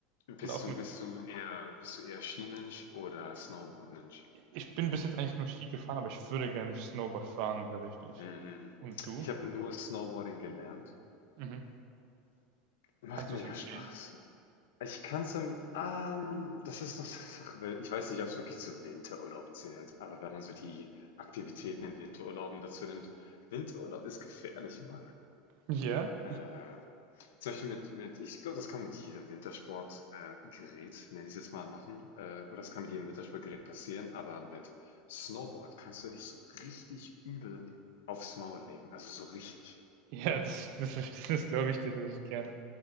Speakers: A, on the left; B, on the right.
A: Bist
B: und auch
A: du,
B: mit,
A: bist du eher, bist du eher Skimensch oder Snowboardmensch?
B: ich bin bis jetzt eigentlich nur Ski gefahren, aber ich würde gerne Snowboard fahren tatsächlich.
A: Mhm.
B: Und du?
A: Ich habe nur Snowboarding gelernt.
B: Mhm.
A: Macht
B: Kannst
A: mega
B: du es empfehlen?
A: Spaß. Ich kann's im, ähm, das ist noch <laughs> so eine Sache, weil ich weiß nicht, ob es wirklich zu Winterurlaub zählt, aber wenn man so die Aktivitäten in Winterurlauben dazu nimmt, Winterurlaub ist gefährlich, Mann.
B: Ja.
A: Äh, zum Beispiel mit, mit, ich glaube, das kann mit jedem Wintersportgerät, äh, Gerät, nenn ich es jetzt mal, machen, äh, oder das kann mit jedem Wintersportgerät passieren, aber mit Snowboard kannst du dich so richtig übel aufs Maul legen, also so richtig.
B: Ja, das, das, verste- das glaube ich dir tatsächlich gerne.